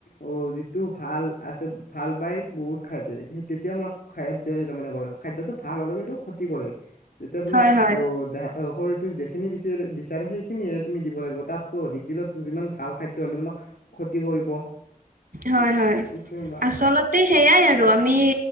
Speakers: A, on the left; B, on the right.
A: অ যিটো ভাল আছে ভাল পাই বহুত খাইতে তেতিয়া মাৰ খাদ মানে কৰে খাদ্যয়তটো ভাল হলেও কিন্তু ক্ষতি কৰে যেতিয়া তোমাক
B: হয়, হয়,
A: অ শৰীৰটো ি বিচ বিচাৰে সেইখিনিহে তুমি দিব লাগিব তাতকৈ অধিক দিলে যিমান ভাল খাদ্য হ'লে তোমাকতি কৰিব
B: হয় হয়
A: ঠিক তেনেকুৱা
B: আচলতে সেইয়াই আৰু আমি